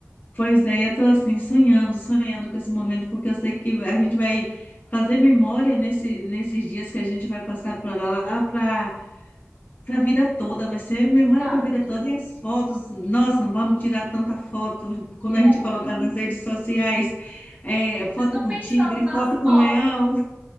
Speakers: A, on the left; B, on the right.
A: Pois é, eu tô assim, sonhando, sonhando com esse momento, porque eu sei que a gente vai fazer memória nesse, nesses dias que a gente vai passar para lá, para a vida toda, vai ser
B: É
A: memória
B: verdade.
A: para a vida toda. E as fotos, nossa, não vamos tirar tanta foto quando
B: E
A: a
B: não,
A: gente colocar nas redes sociais, é, foto
B: eu tô
A: com
B: pensando
A: tigre,
B: nas
A: foto com
B: fotos.
A: leão.